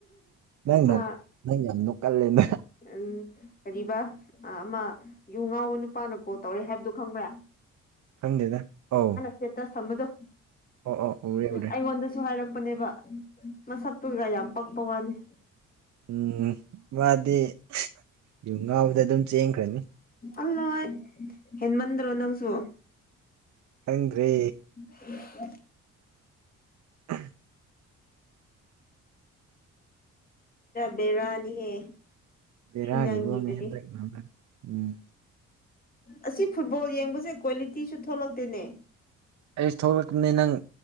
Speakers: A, on the right; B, on the left.
A: ꯅꯪ
B: ꯃꯥ
A: ꯅꯣꯛ ꯅꯪ ꯌꯥꯝ ꯅꯣꯛꯀꯜꯂꯤꯅꯥ
B: ꯎꯝ ꯀꯔꯤꯕ ꯑ ꯑꯃ ꯌꯨ ꯉꯥꯎꯕ ꯅꯨꯄꯥꯅ ꯀꯣꯜ ꯇꯧꯔꯦ ꯍꯥꯏꯕꯗꯨ ꯈꯪꯕ꯭ꯔꯥ?
A: ꯈꯪꯗꯦꯗ ꯑꯧ
B: ꯁ꯭ꯇꯦꯇꯁ ꯊꯝꯕꯗꯣ
A: ꯑꯣ ꯑꯣ ꯎꯔꯦ꯫ ꯎꯔꯦ
B: ꯑꯩꯉꯣꯟꯗꯁꯨ ꯍꯥꯏꯔꯛꯄꯅꯦꯕ ꯃꯁꯛꯇꯨꯒ ꯌꯥꯝ ꯄꯛꯄ ꯋꯥꯅꯤ꯫
A: ꯎꯝ ꯃꯥꯗꯤ ꯌꯨ ꯉꯥꯎꯕꯗ ꯑꯗꯨꯝ ꯆꯦꯟꯈ꯭ꯔꯅꯤ꯫
B: ꯑꯜꯂ ꯍꯦꯟꯃꯟꯗ꯭ꯔꯣ ꯅꯪꯁꯨ
A: ꯈꯪꯗ꯭ꯔꯦ
B: <unintelligible>
A: <unintelligible>
B: ꯕꯦꯔꯥꯅꯤꯍꯦ
A: ꯕꯦꯔꯥꯒꯤ
B: ꯅꯪꯒꯤꯗꯨꯗꯤ
A: ꯕꯣꯝꯅꯦ ꯍꯟꯗꯛꯅ ꯎꯝ
B: ꯑꯁꯤ ꯐꯨꯠꯕꯣꯜ ꯌꯦꯡꯕꯁꯦ ꯀ꯭ꯋꯥꯂꯤꯇꯤꯁꯨ ꯊꯣꯛꯂꯛꯇꯦꯅꯦ꯫
A: ꯑꯩꯁ ꯊꯣꯛꯂꯛꯄꯅꯤ ꯅꯪ